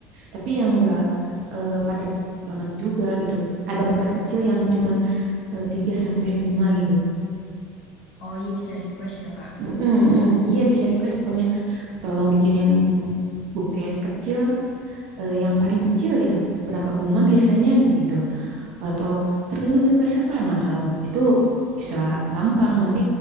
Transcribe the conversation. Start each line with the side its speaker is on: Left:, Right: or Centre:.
Right: tapi yang enggak eh, padat banget juga gitu. Ada buket kecil yang cuman eh, 3 sampai 5 gitu.
Left: Oh iya bisa request ya Kak.
Right: Mm-mm, mm. Iya bisa request pokoknya tolong bikinin buket kecil eh, yang paling kecil gitu. Berapa bunga biasanya gitu. Atau tergantung request kakak. Nah, kalau begitu bisa gampang nanti